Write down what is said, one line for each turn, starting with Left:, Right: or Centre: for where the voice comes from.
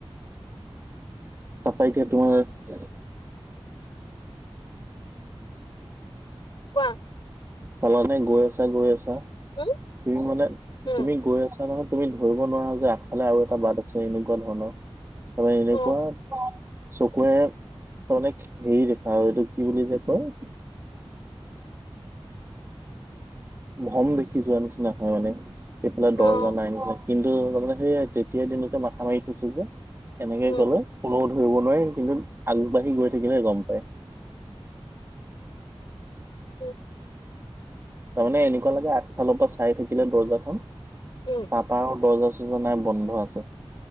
Right: তাৰ পৰা এতিয়া তোমাৰ
Left: কোৱা।
Right: সমানে গৈ আছা গৈ আছা
Left: উম,
Right: তুমি মানে
Left: উম,
Right: তুমি গৈ আছা নহয় তুমি ধৰিব নোৱাৰা যে আগফালে আৰু এটা বাট আছে এনেকুৱা ধৰণৰ আৰু এনেকুৱা
Left: অ',
Right: চকুৰে অনেক হেৰি দেখা আৰু এইটো কি বুলি যে কয় ভ্ৰম দেখি যোৱা নিচিনা হয় মানে। এইফালে
Left: অ',
Right: দৰ্জা নাই নিচিনা কিন্তু মানে সেইয়ায়ে তেতিয়াৰ দিনতে মাথা মাৰি থৈছো যে এনেকে
Left: উম,
Right: গ'লে কোনেও ধৰিব নোৱাৰে কিন্তু আগবাঢ়ি গৈ থাকিলে গম পায়।
Left: উম।
Right: তাৰমানে এনেকুৱা লাগে আগফালৰ পৰা চাই থাকিলে দৰ্জাখন
Left: উম।
Right: তাৰপৰা আৰু দৰ্জা চৰ্জা নাই বন্ধ আছে।